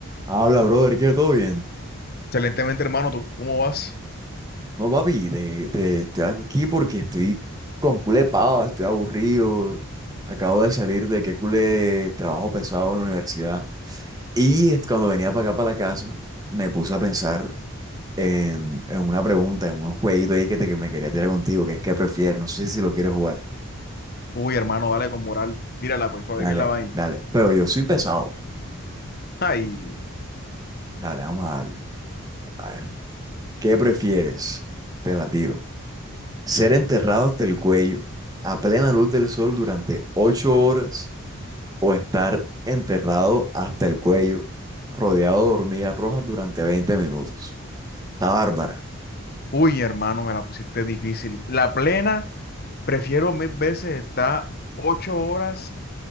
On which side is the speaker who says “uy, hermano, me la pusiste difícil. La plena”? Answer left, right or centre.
Left